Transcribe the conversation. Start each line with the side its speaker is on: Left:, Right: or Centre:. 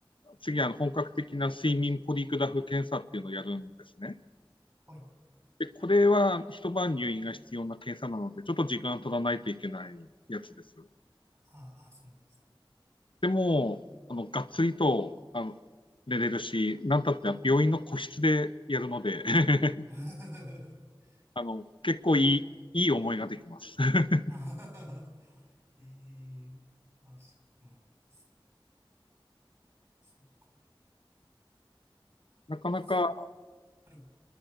Left: 次、あの本格的な睡眠ポリグラフ検査っていうのをやるんですね。
Right: はい、
Left: で、これは一晩入院が必要な検査なので、ちょっと時間取らないといけないやつです。
Right: あーあー、そうなんですね。
Left: でも、あのがっつりとあの寝れるし、なんたって病院の個室でやるので <laughs>
Right: <laughs>
Left: あの結構いい、いい思いができます。<laughs>
Right: あーええあ、そうなんですね。そうか。
Left: なかなか、
Right: まず、はい。